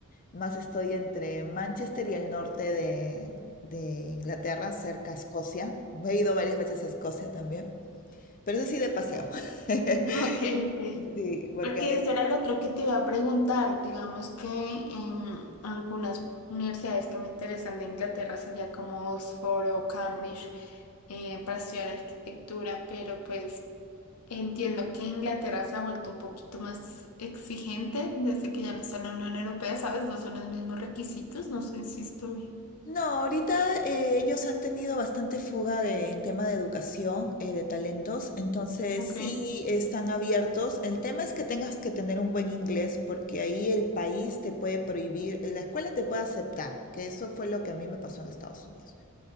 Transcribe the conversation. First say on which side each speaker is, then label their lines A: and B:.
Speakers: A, on the left; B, on the left.
A: Más estoy entre Manchester y el norte de, de Inglaterra, cerca a Escocia. He ido varias veces a Escocia también, pero eso sí de paseo. <laughs>
B: Ok, ok.
A: Sí, porque
B: Porque
A: a
B: ese era el otro que te iba a preguntar. Digamos que em, algunas universidades que me interesan de Inglaterra sería como Oxford o Cambridge eh, para estudiar arquitectura, pero pues entiendo que Inglaterra se ha vuelto un poquito más exigente desde que ya no está en la Unión Europea, ¿sabes? No son los mismos requisitos, no sé si estoy.
A: No, ahorita eh, ellos han tenido bastante fuga de, en tema de educación, eh, de talentos, entonces
B: Ok,
A: sí están abiertos. El tema es que tengas que tener un buen inglés porque ahí el país te puede prohibir, eh, la escuela te puede aceptar, que eso fue lo que a mí me pasó en Estados Unidos.